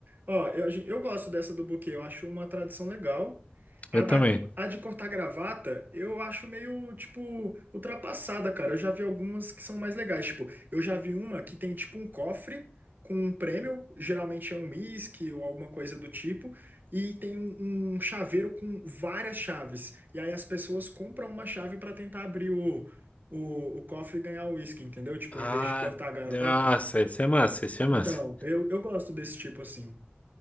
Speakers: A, on the right; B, on the left.
A: Ó, eu, a gen- eu gosto dessa do buquê, eu acho uma tradição legal. A,
B: Eu também.
A: da, a de cortar gravata, eu acho meio, tipo, ultrapassada, cara. Eu já vi algumas que são mais legais. Tipo, eu já vi uma que tem, tipo, um cofre com um prêmio, geralmente é um uísque ou alguma coisa do tipo, e tem um, um chaveiro com várias chaves. E aí as pessoas compram uma chave para tentar abrir o, o, o cofre e ganhar o uísque, entendeu? Tipo,
B: Ah,
A: em vez de cortar a gravata.
B: nossa, isso é massa, isso é massa.
A: Então, eu, eu gosto desse tipo assim.